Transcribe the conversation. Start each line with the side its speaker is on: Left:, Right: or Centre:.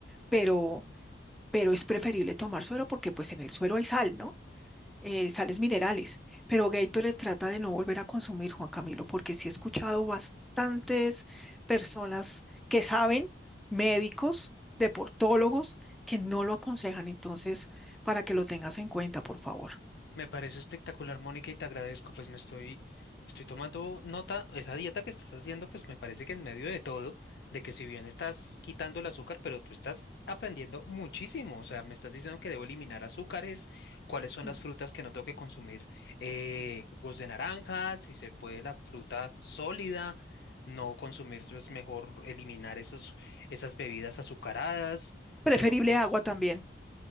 Centre: pero, pero es preferible tomar suero porque pues en el suero hay sal, ¿no? Eh, sales minerales. Pero Gatorade trata de no volver a consumir, Juan Camilo, porque sí he escuchado bastantes personas que saben, médicos, deportólogos, que no lo aconsejan. Entonces, para que lo tengas en cuenta, por favor.
Left: Me parece espectacular, Mónica, y te agradezco, pues me estoy, estoy tomando nota, esa dieta que estás haciendo, pues me parece que en medio de todo, de que si bien estás quitando el azúcar, pero tú estás aprendiendo muchísimo, o sea, me estás diciendo que debo eliminar azúcares, cuáles son
Centre: Mm.
Left: las frutas que no tengo que consumir, eh, jugos de naranja, si se puede la fruta sólida, no consumir, es mejor eliminar esos, esas bebidas azucaradas,
Centre: Preferible
Left: pero pues...
Centre: agua también.